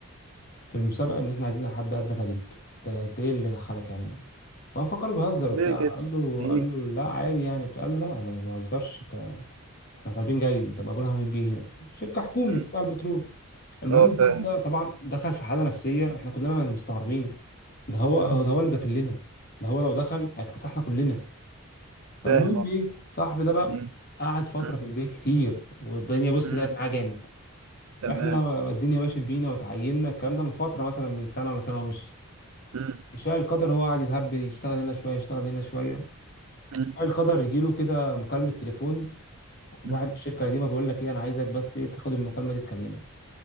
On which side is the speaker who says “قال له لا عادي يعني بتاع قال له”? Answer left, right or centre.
Left